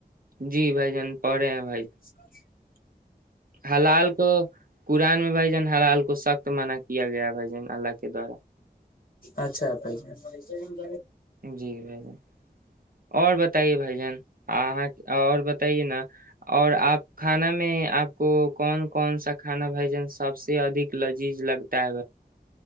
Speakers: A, on the right; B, on the left.
A: جی بھ جان پے آ
B: اچ
A: حلال کو قرآن میں بھائی جان حلال کو سخت منع کیا گیا بھائی جان اللہ کے دوارا
B: اچھا ب جی <inaudible>
A: جی بھ ج اور بتائیے بھ جان آ اور بتائیے نا <unintelligible> اور آپ کھانا میں آپ کو کون کون سا کھانا بھائیجن سب سے ادھ لذیذ لگتا ہے <inaudible>